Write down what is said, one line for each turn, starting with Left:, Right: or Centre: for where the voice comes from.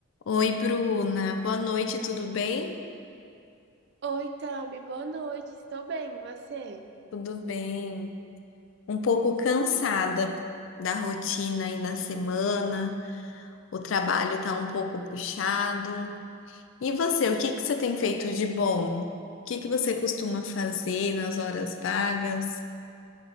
Left: Oi, Bruna. Boa noite, tudo bem?
Right: Oi, Tami, boa noite. Estou bem, e você?
Left: Tudo bem. Um pouco cansada da rotina aí na semana. O trabalho tá um pouco puxado. E você, o que que você tem feito de bom? O que que você costuma fazer nas horas vagas?